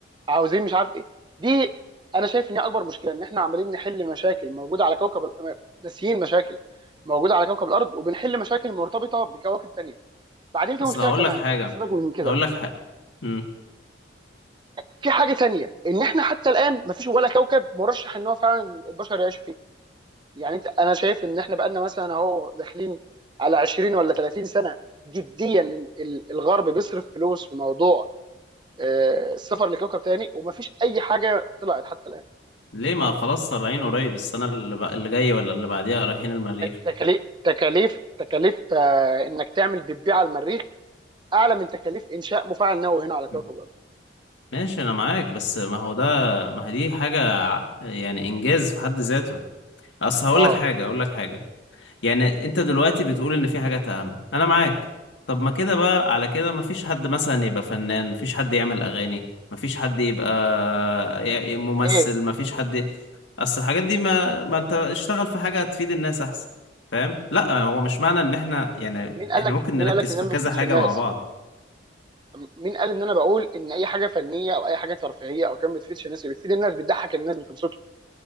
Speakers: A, on the right; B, on the left.
A: عاوزين مش عارف ايه دي انا شايف ان هي اكبر مشكله ان احنا عمالين نحل مشاكل موجوده على كوكب ال- ناسيين مشاكل موجوده على كوكب الارض وبنحل مشاكل مرتبطه بكواكب تانية بعدين في
B: اصل
A: مشكله
B: هقول
A: كمان
B: لك حاجه
A: سيبك من كده
B: هقول لك حاجه امم
A: في حاجه تانية ان احنا حتى الان مفيش ولا كوكب مرشح ان هو فعلا البشر يعيشوا فيه يعني انت انا شايف ان احنا بقالنا مثلا اهو داخلين على 20 ولا 30 سنه جديا ال- الغرب بيصرف فلوس في موضوع آه، السفر لكوكب تاني ومفيش اي حاجه طلعت حتى الان
B: ليه ما خلاص طالعين قريب السنه اللي, بق... اللي جايه ولا اللي بعديها رايحين المريخ
A: تكاليف تكاليف تكاليف آه، انك تعمل بيبي على المريخ اعلى من تكاليف انشاء مفاعل نووي هنا على كوكب
B: م-
A: الارض
B: ماشي انا معاك بس ما هو ده ما هي دي حاجه ع- يعني انجاز في حد ذاته اصل هقول
A: اه
B: لك حاجه هقول لك حاجه يعني انت دلوقتي بتقول ان في حاجات اهم انا معاك طب ما كده بقى على كده ما فيش حد مثلا يبقى فنان ما فيش حد يعمل اغاني ما فيش حد يبقى ي- ممثل
A: ليه
B: ما فيش حد اصل الحاجات دي ما ما انت اشتغل في حاجة تفيد الناس احسن فاهم لا هو مش معنى ان احنا يعني
A: مين قال
B: احنا
A: لك
B: ممكن
A: مين
B: نركز
A: قال لك ان ده
B: في
A: ما
B: كذا
A: بيفيدش
B: حاجة
A: الناس
B: مع بعض
A: م- مين قال ان انا بقول ان اي حاجه فنيه او اي حاجه ترفيهيه او كان ما بتفيدش الناس بتفيد الناس بتضحك الناس بتبسطهم